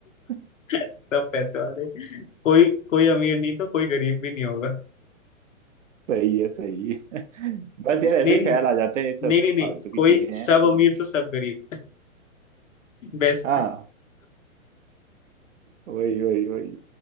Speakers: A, on the right (about 65°); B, on the left (about 65°).
A: <laughs>
B: सब पैसे वाले कोई कोई अमीर नहीं तो कोई गरीब भी नहीं होगा
A: सही है सही है बस
B: नहीं
A: यार ऐसे ही
B: नहीं
A: ख्याल आ जाते
B: नहीं
A: हैं ये सब
B: नहीं नहीं
A: फालतू की
B: कोई
A: चीजें
B: सब
A: हैं कोई
B: अमीर
A: नहीं।
B: तो सब गरीब बेस्ट
A: हाँ वही वही वही